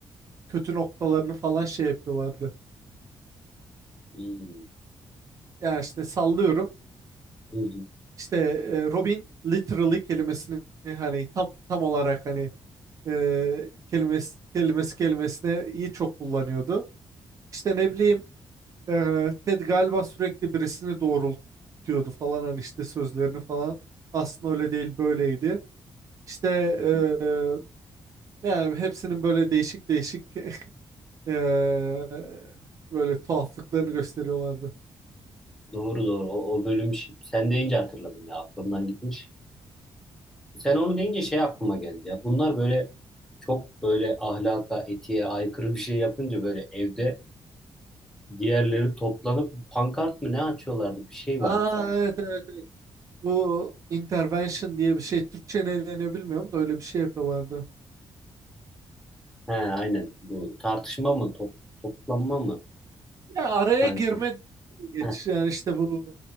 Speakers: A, on the right (about 40°); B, in the centre.
A: kötü noktalarını falan şey yapıyorlardı.
B: Hmm.
A: Yani işte sallıyorum
B: Hı hı,
A: işte e, Robin literally kelimesini hani tam tam olarak hani e, kelimesi kelimesi kelimesine iyi çok kullanıyordu. İşte ne bileyim Ee, Ted galiba sürekli birisini doğrultuyordu falan hani işte sözlerini falan. Aslında öyle değil böyleydi. İşte
B: hı hı.
A: ee, yani hepsinin böyle değişik değişik <laughs> ee, böyle tuhaflıklarını gösteriyorlardı.
B: Doğru doğru. O, o bölüm şi- sen deyince hatırladım ya. Aklımdan gitmiş. Sen onu deyince şey aklıma geldi ya. Bunlar böyle çok böyle ahlaka, etiğe aykırı bir şey yapınca böyle evde diğerleri toplanıp pankart mı ne açıyorlardı? Bir şey
A: Aa
B: vardı sanki.
A: evet evet evet. Bu intervention diye bir şey Türkçe ne deniyor bilmiyorum da öyle bir şey yapıyorlardı.
B: He, aynen bu tartışma mı top, toplanma mı
A: Ya araya
B: sanki?
A: girme diye geç
B: Heh,
A: yani işte bu